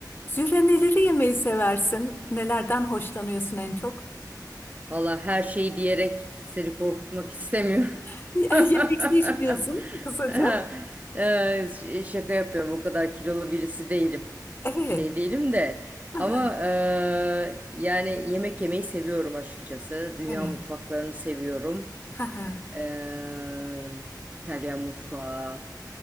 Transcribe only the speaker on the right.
Valla her şeyi diyerek seni korkutmak istemiyorum.
<laughs>
Ee, ş- Şaka yapıyorum. O kadar kilolu birisi değilim.
Şey değilim de.
Ama eee, yani yemek yemeyi seviyorum açıkçası. Dünya
mutfaklarını seviyorum.
Eee, İtalyan mutfağı,